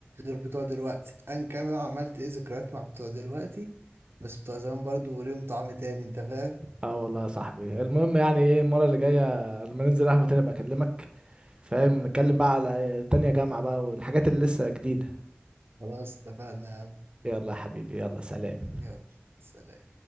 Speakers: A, on the right; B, on the right.
A: غير بتوع دلوقتي ان كان بقى عملت ايه ذكريات مع بتوع دلوقتي بس بتوع زمان برضو ليهم طعم تاني انت فاهم
B: اه والله يا صاحبي المهم يعني ايه المرة اللي جاية لما ننزل قهوة تاني ابقى اكلمك فاهم نتكلم بقى على تانية جامعة بقى والحاجات اللي لسه جديدة
A: خلاص اتفقنا يا عم
B: يلا يا حبيبي يلا سلام
A: يلا سلام